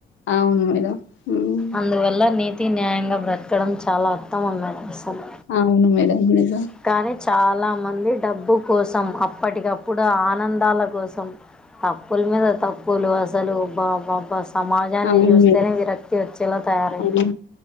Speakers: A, on the left; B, in the centre.
A: అవును మేడం ఉమ్
B: అందువల్ల నీతి న్యాయంగా బ్రతకడం చాలా ఉత్తమమం మేడం అసలు
A: అవును మేడం నిజం
B: కానీ చాలా మంది డబ్బు కోసం అప్పటికప్పుడు ఆనందాల కోసం తప్పులు మిద తప్ పులు అసలు బాబాబా సమాజాన్ని
A: అవును
B: చూస్తేనే
A: మేడం
B: విరక్తి వచ్చేలా తయారైంది
A: అవును